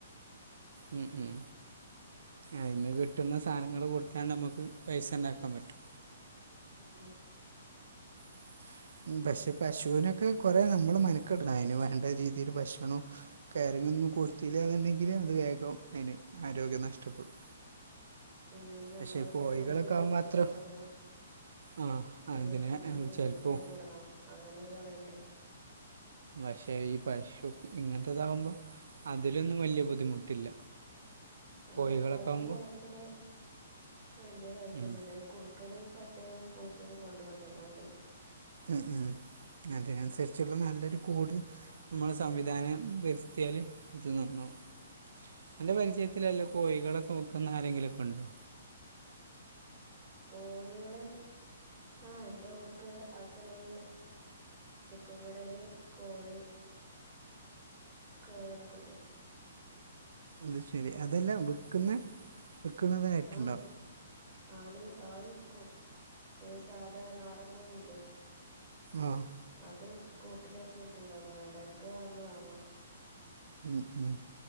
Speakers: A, on the right; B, on the right.
A: ഉം ഉം അതിന്ന് കിട്ടുന്ന സാനങ്ങള് കൊട്ത്താണ്ടമ്മക്ക് പൈസണ്ടാക്കാ പറ്റും.
B: ഉം.
A: <inaudible> ഉം പക്ഷെ പശൂനൊക്ക കൊറേ നമ്മള് മനക്കട്ണ അയിന് വേണ്ട രീതിയില് ഭക്ഷണൊം. കെയറിങ്ങന്നും കൊട്ത്തിലാന്നുണ്ടെങ്കില് അത് വേഗം അയ്ന് ആരോഗ്യം നഷ്ടപ്പെടും.
B: ഉം എന്താച്ചാ
A: പക്ഷെ കോഴികളൊക്കെ
B: പുല്ല് വെട്ടി
A: ആകുമ്പോൾ അത്ര
B: കൊണ്ടരണം.
A: ആ അതിനെ
B: അയ്ന് പുല്ല് മേക്ക്യാൻ
A: ചിലപ്പോൾ
B: വ്ടണം അങ്ങനെ കൊറേണ്ട്.
A: വക്ഷേ ഈ പശു ഇങ്ങൻത്തതാവുമ്പൊ. അതിലൊന്നും വല്ല്യ ബുദ്ധിമുട്ടില്ല.
B: ആഹ്
A: കോഴികളൊക്കെ
B: കോഴി
A: ആകുമ്പോൾ
B: വളത്തല് വല്ല്യ കൊയ്പ്പൊന്നുല്ല
A: ഉം.
B: ഇ കുർ ക്കനും പട്ടിയും പൂച്ചെന്നും കൊണ്ടു പോവാണ്ടിര്ന്നാ മതി.
A: ഉം ഉം അതിനൻസര്ച്ചുള്ള നല്ലൊരു കൂട്. മ്മള് സംവിധാനം വര്ത്ത്യാല് അത് നന്നവും. അന്റെ പരിജയത്തിലല്ലോ
B: ഉം
A: കോയികളെക്കെ വിക്ക്ന്ന ആരെങ്കിലൊക്കുണ്ടോ.
B: കോഴ്യാള്. ആ എന്റെ ഇവിടുത്തെ അട്ത്തുള്ളൊരു ചിക്കൻ കടേല് കോഴി കോഴികളൊക്കെണ്ട്
A: അത് ശരി അതെല്ലാം വിക്കുന്ന വിക്കുന്നതിനായിട്ടുണ്ടോ
B: ആഹ് ആല് ആള് വിക്കും ഏ സാധാ നാടൻ കോഴില്ലേ
A: ആഹ്
B: അത് കൂട്ടിലാക്കി വെച്ചിണ്ടാവും വേണ്ടവർക്ക് വന്ന് വാങ്ങാം
A: ഉം ഉം